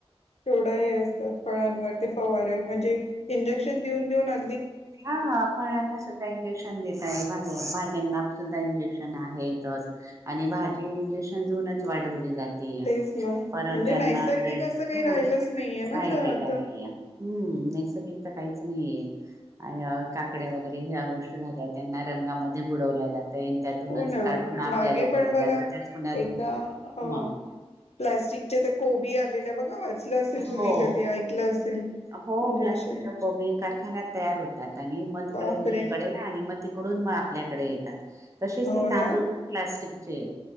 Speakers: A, on the left; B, on the right.
A: तेवढं हे असतात, फळांवर ते फवारे, म्हणजे इंजेक्शन देऊन देऊन आ
B: हा, फळांना सुद्धा इंजेक्शन देत आहे बाहेर, भाज्यांना सुद्धा इंजेक्शन आहेतच. आणि भाजी इंजेक्शन देऊनच वाढवली जात ते,
A: तेच ना
B: परत
A: म्हणजे
B: त्यांना
A: नैसर्गिक
B: ते हे,
A: असं काही राहिलंच
B: <inaudible>
A: नाहीये ना
B: राहिलेलं
A: आता
B: नाहीये. हम्म! नैसर्गिक तर काहीच नाहीये. काकड्या वगैरे ह्या गोष्टी झाल्या, त्यांना रंगामध्ये बुडवल्या जातंय. त्यातूनच
A: हो ना
B: काढून आपल्याला
A: मागे पण
B: दिल
A: बघा
B: जात, त्याच पुण्याच,
A: एकदा
B: हा.
A: हो प्लास्टिकचे त्या कोबी आलेल्या बघा, वाचलं असेल तुम्ही
B: हो
A: कधी, ऐकलं असेल.
B: हो,
A: म्हणजे
B: प्लास्टिकच्या
A: असे
B: कोबी कारखान्या तयार होतात, आणि मग तिकडे
A: बापरे
B: दिल्लीकडे, आणि मग त पकडून म आपल्याकडे येतात, तसेच
A: हो
B: ते तांदूळ
A: ना
B: पण प्लास्टिकचे